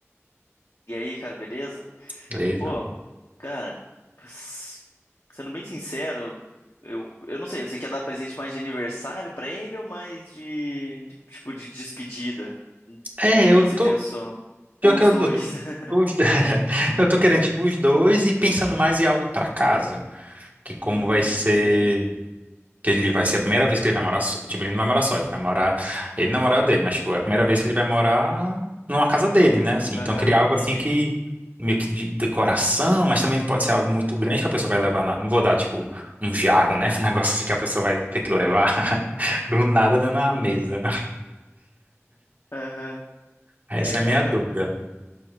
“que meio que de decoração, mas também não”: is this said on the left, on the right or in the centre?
Right